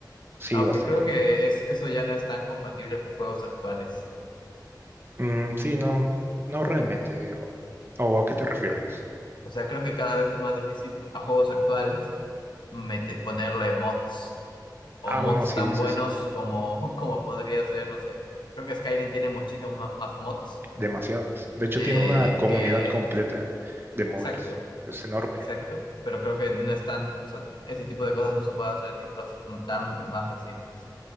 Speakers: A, on the right (about 30°); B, on the left (about 80°).
A: sí,
B: Aunque
A: bastante.
B: creo que es, eso ya no es tan compatible con juegos actuales.
A: Mm, sí, no, no realmente, digo. ¿O a qué te refieres?
B: O sea, creo que cada vez es más difícil a juegos actuales mete- ponerle mods o
A: Ah,
B: mods
A: bueno, sí,
B: tan
A: sí,
B: buenos
A: sí.
B: como, <laughs> como podría ser, no sé. Creo que Skyrim tiene muchísimos ma- más mods
A: Demasiados. De hecho,
B: eh,
A: tiene una comunidad
B: que...
A: completa de modders.
B: Exacto,
A: Es enorme.
B: exacto. Pero creo que no están, o sea, ese tipo de cosas no se pueden hacer en títulos tan más recientes.